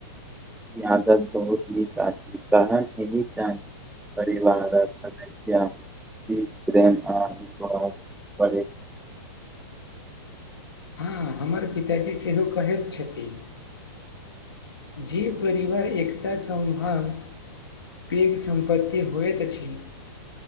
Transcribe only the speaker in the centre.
ई आदात बहुत नीक अछि तहन एहि चान परिवारक समस्या बी प्रेम आ विश पड़